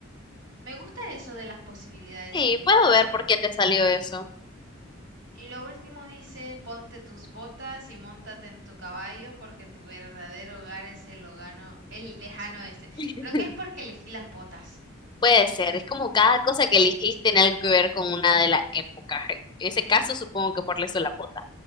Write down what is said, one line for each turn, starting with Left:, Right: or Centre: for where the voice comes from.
Right: Me gusta eso de las posibilidades
Left: Sí,
Right: ilimitadas.
Left: puedo ver por qué te salió eso.
Right: Y lo último dice, ponte tus botas y móntate en tu caballo porque tu verdadero hogar es el, logano- el lejano este.
Left: <laughs>
Right: Creo que es porque elegí las botas.
Left: Puede ser, es como cada cosa que elegiste tiene algo que ver con una de las épocas. En ese caso, supongo que por eso la bota.